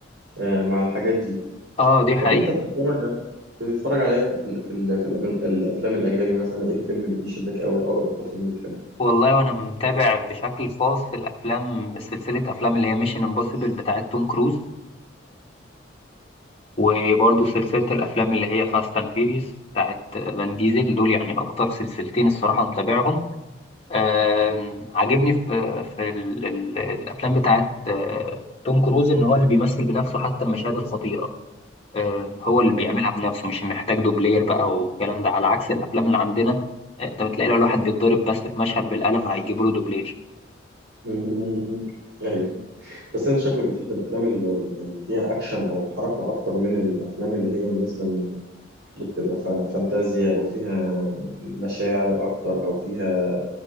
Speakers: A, on the right; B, on the left.
A: آه، مع الحاجات دي
B: اه دي
A: طب
B: حقيقة
A: انت بتتفرج على- بتتفرج على ايه في في ال- في الأم- الافلام الاجنبي مثلا ايه الفيلم اللي بيشدك قوي او اكتر فيلم بتحبه
B: والله وانا متابع بشكل خاص في الافلام سلسلة افلام اللي هي ميشن امبوسيبل بتاعت توم كروز وبرضه سلسلة الأفلام اللي هي فاست أند فيريس بتاعت فان ديزل دول يعني أكتر سلسلتين الصراحة متابعهم آم، عاجبني في, في ال ال الأفلام بتاعت آه، توم كروز إن هو اللي بيمثل بنفسه حتى المشاهد الخطيرة آم، هو اللي
A: مم.
B: بيعملها بنفسه مش محتاج دوبلير بقى والكلام ده على عكس الأفلام اللي عندنا آه، أنت بتلاقي لو الواحد بيتضرب بس في مشهد بالقلم هيجيبوا له دوبلير
A: <laughs> مم. ايوه بس انت شكلك بتحب الافلام اللي اللي فيها اكشن او حركه اكتر من الافلام اللي هي مثلا اللي بتبقى فا- فانتازيا او فيها مشاعر اكتر او فيها